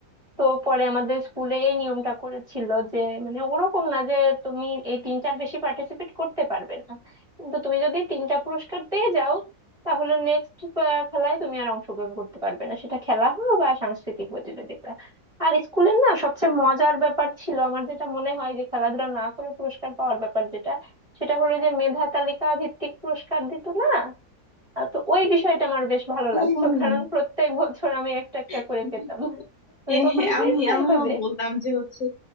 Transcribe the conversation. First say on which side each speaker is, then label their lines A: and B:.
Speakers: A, on the right; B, on the left.
A: তো পরে আমাদের স্কুলে এই নিয়মটা করেছিল যে মানে ওরকম না যে তুমি এই তিনটার বেশি পার্টিসিপেট করতে পারবে না কিন্তু তুমি যদি তিনটা পুরস্কার পেয়ে যাও তাহলে নেক্সট খেলায় তুমি আর অংশগ্রহণ করতে পারবে না সেটা খেলা হোক বা সাংস্কৃতিক প্রতিযোগিতা আর স্কুলের না সবচেয়ে মজার ব্যাপার ছিল আমার যেটা মনে হয় যে খেলাধুলা না করে পুরস্কার পাওয়ার ব্যাপার যেটা সেটা হলো যে মেধা তালিকা ভিত্তিক পুরস্কার দিত না আহ, তো ওই বিষয়টা আমার বেশ ভালো
B: হ্যাঁ
A: লাগতো
B: হ্যাঁ
A: কারণ প্রত্যেক বছর আমি একটা একটা
B: হ্যাঁ।
A: করে পেতাম তুমি
B: এ,
A: কখনো
B: হ্যাঁ,
A: পেয়েছো
B: আমি আমিও
A: এইভাবে
B: বলতাম যে হচ্ছে